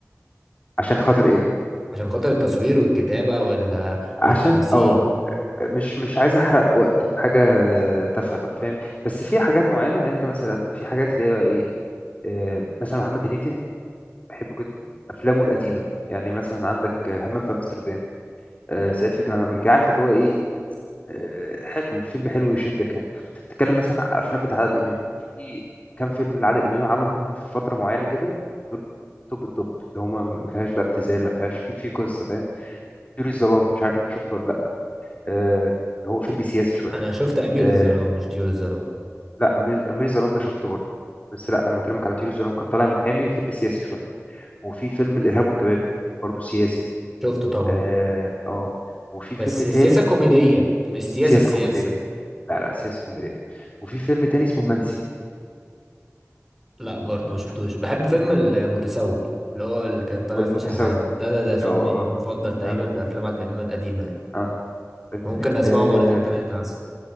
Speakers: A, on the left; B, in the centre.
A: عشان خاطر إيه
B: عشان خاطر التصوير والكتابة وال... والتمثيل
A: عشان اه مش مش عايز احرق وقت في حاجه تافهه بقى فاهم بس في حاجات معينه يعني انت مثلا في حاجات اللي هي ايه آه، مثلا محمد هنيدي بحبه جدا افلامه القديمه يعني مثلا عندك آه، همام في امستردام آه، صعيدي في الجامعه الامريكيه عارف اللي هو ايه آه، حلو فيلم حلو يشدك يعني تتكلم مثلا عن افلام بتاع عادل امام في كام فيلم لعادل امام عملهم في فتره معينه كده دول توب التوب اللي هما ما فيهاش بقى ابتذال ما فيهاش في في قصه فاهم طيور الظلام مش عارف انت شفته ولا لا آه، هو فيلم سياسي شويه
B: انا شفت امير
A: آه،
B: الظلام مش طيور الظلام
A: لا امير امير الظلام ده شفته برضه بس لا انا بكلمك على طيور الظلام كان طالع محامي فيلم سياسي شويه وفي فيلم الارهاب والكباب برضه سياسي
B: شفته طبعا
A: اه اه وفي فيلم
B: بس
A: تالت
B: سياسة كوميدية مش سياسة
A: سياسه
B: سياسة
A: كوميديه لا لا سياسه كوميديه وفي فيلم تاني اسمه المنسي
B: لا برضه ما شفتوش بحب فيلم المتسول اللي هو اللي كان طالع
A: والمتسول
B: فيه شحاتة ده ده, ده فيلم
A: اه اه
B: مفضل تقريبا
A: اه
B: في افلام عادل امام القديمة يعني
A: اه آه، فاهم.
B: ممكن اسمعه
A: آه،
B: مرتين تلاتة بس